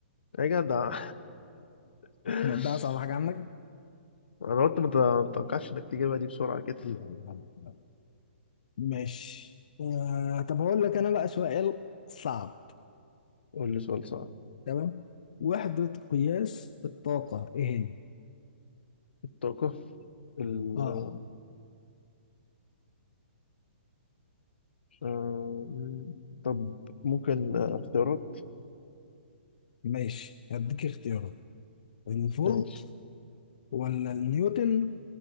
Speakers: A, on the left; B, on the left.
A: يا جدع <laughs>
B: ده اصعب حاجة عندك؟
A: انا قلت ما تتوقعش انك تجيبها دي بسرعة كده
B: لا، لا. ماشي آه طب هقول لك انا بقى سؤال صعب
A: قول لي سؤال صعب
B: تمام وحدة قياس الطاقة ايه هي؟
A: الطاقة ال...
B: اه
A: آه، م- طب ممكن آه، اختيارات
B: ماشي هديك اختيارات الفولت
A: ماشي
B: ولا النيوتن